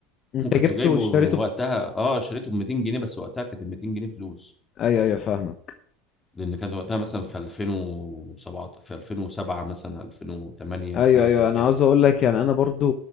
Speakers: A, on the left; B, on the left.
A: انت
B: وكنت
A: جبته
B: جايبه
A: واشتريته
B: وقتها
A: ب-
B: اه شريته ب 200 جنيه بس وقتها كانت ال 200 جنيه فلوس
A: ايوه ايوه فاهمك
B: لان كان وقتها مثلا في 2007 في 2007 مثلا 2008
A: ايوه
B: حاجه
A: ايوه
B: زي
A: انا
B: كده
A: عاوز اقول لك يعني انا برضو